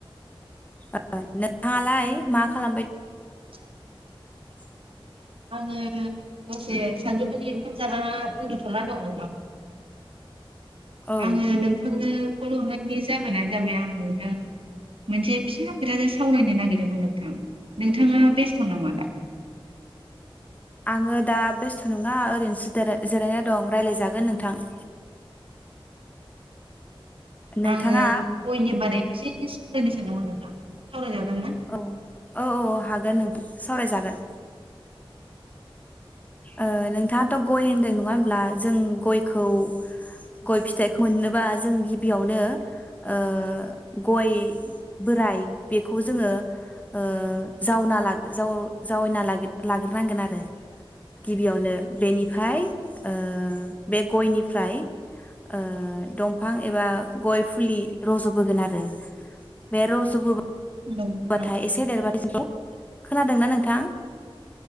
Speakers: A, on the left; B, on the right.
A: ओ नोंथांङालाय मा खालामबाय
B: <inaudible>
A: <inaudible>
B: आङो दसे सानजौफुनि ओंखाम जाना उन्दुथ'ना दं नोंथां।
A: औ
B: आङो नोंथांनो फन हरनायनि जाहोनानो जाबाय आं नोंथां मोनसे फिसा खोथाजों सावरायनो नागिरदोंमोन नोंथां। नोंथाङा बेस्थ' नामा दा?
A: आङो दा बेस्थ' नङा ओरैनोसो दारा जिरायना दं रायज्लायजागोन नोंथां <inaudible> नोंथाङा
B: आङो गयनि बाराय एसे सावरायनो सानदोंमोन नोंथां सावरायजागोन ना
A: औ औ औ औ हागोन नों सावरायजागोन। ओ नोंथाङाथ' गय होन्दों नङा होमब्ला जों गयखौ गय फिथाइखौ मोननोबा जों गिबियावनो ओ गय बोराइ बेखौ जोङो ओ जावना ला जाव जावायना लाग्रोनांगोन आरो। गिबियावनो बेनिफाय ओ बे गयनिफ्राय ओ दंफां एबा गय फुलि रज'बोगोन आरो बे रज'बोबा
B: औ नोंथां
A: बाथाय‌ एसे देरबाथाय बेखौ। खोनादोंना नोंथां?